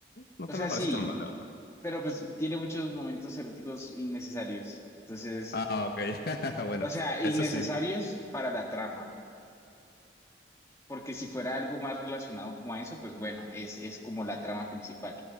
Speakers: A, on the left; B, on the left.
A: No
B: O
A: te
B: sea,
A: me parece
B: sí,
A: tan mal, la verdad.
B: pero pues tiene muchos momentos eróticos innecesarios. Entonces,
A: Ah, ok. <laughs> Bueno,
B: o sea, innecesarios
A: eso sí.
B: para la trama. Porque si fuera algo más relacionado como a eso, pues bueno, es, es como la trama principal.